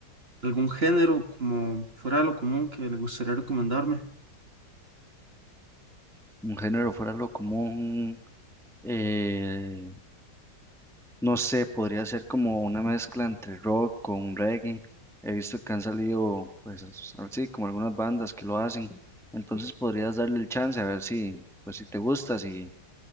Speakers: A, on the right; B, in the centre.
A: algún género como fuera de lo común que le gustaría recomendarme.
B: Un género fuera lo común, eh, No sé, podría ser como una mezcla entre rock con reggae. He visto que han salido, pues as- así, como algunas bandas que lo hacen. Entonces podrías darle el chance a ver si, pues si te gusta, si,